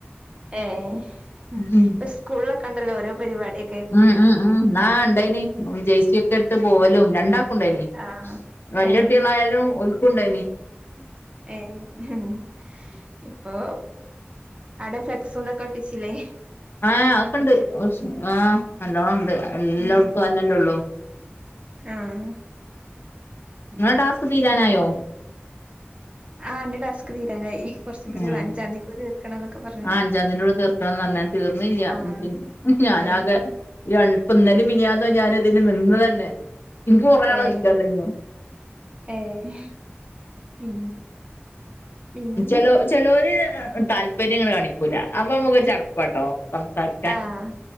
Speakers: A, on the right (about 30°); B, on the left (about 60°).
A: ഏഹ്
B: ഉം
A: പ്പസ്കൂൾളൊക്കെണ്ടല്ലോ ഓരോ പെര് വാടി
B: ഉം ഉം ഉം ആഹ് ണ്ടേയ്ന് ജെയ്സിഒക്കെട്ട്
A: ആഹ്
B: പോവലും രണ്ടാക്കുണ്ടേയ്ന്
A: ആഹ്
B: വല്ല്യട്ട്യോളായാലും
A: ഏഹ്
B: ഓൽക്കുണ്ടായ്നി
A: ഏഹ് ഇപ്പൊ അടെ ഫ്ലെക്സുംദൊക്കെ ഒട്ടിച്ചില്ലേ
B: ആഹ് അഒക്കണ്ട്
A: തൂക്കില്ലേ
B: ഒച്ച് ആഹ് നല്ലോംണ്ട് എല്ലോട്ത്തും
A: ഉം
B: അയെന്നെല്ലേഒള്ളു
A: ആഹ് ഉം
B: ങ്ങളെ ടാസ്ക് തീരാനായോ
A: പിന്നെ ആഹ് ന്റെ ടാസ്ക് തീരാനായി കുറച്ചും കൂടി
B: ഏഹ്
A: ഉള്ളൂ അഞ്ചാം തീയതിക്കുള്ളിൽ തീർക്കണം എന്നൊക്കെ പറഞ്ഞത്
B: ആഹ് അഞ്ചാംതിന്റെ ഉള്ളി തീർക്കണംന്നർഞ് തീർന്നില്ല
A: ആഹ്
B: ഇൻക്ക്ൻ ഞാനാകെ
A: ഏഹ്
B: രൺ പ്പന്നലിം മിനിയാന്നൊ ഞാനിതിന് നിന്നതന്നെ ഇൻക്ക് കൊറേ ആളെ
A: ഏഹ്
B: വിളിക്കാണ്ട്ഞ്ഞും
A: ഏഹ് പിൻ പിന്നെന്താ
B: ചെലോ ചെലോര് താല്പര്യങ്ങണ്ട് കാണിക്കൂല അപ്പൊമ്മക്കോരു ചടപ്പാട്ടോ സംസാരി
A: ആഹ്